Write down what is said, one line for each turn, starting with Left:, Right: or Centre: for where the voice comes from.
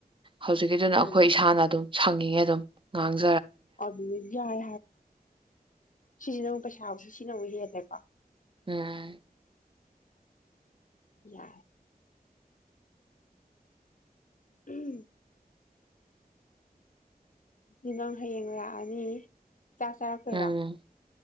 Right: ꯍꯧꯖꯤꯛꯀꯤꯗꯨꯅ
Left: ꯎꯝ
Right: ꯑꯩꯈꯣꯏ ꯏꯁꯥꯅ ꯑꯗꯨꯝ ꯁꯪꯉꯤꯉꯦ ꯑꯗꯨꯝ ꯉꯥꯡꯁ
Left: ꯑ ꯌꯥꯦ ꯁꯤꯁꯤꯅ ꯑꯃꯨꯛ ꯄꯩꯁꯥꯁꯦ ꯁꯤꯅ ꯑꯃꯨꯛ ꯍꯦꯜꯂꯦꯀꯣ
Right: ꯎꯝ
Left: ꯌꯥꯏ ꯎꯝ ꯁꯤ ꯅꯪ ꯍꯌꯦꯡ ꯂꯥꯛꯑꯅꯤ ꯆꯁꯥ ꯐꯔ
Right: ꯎꯝ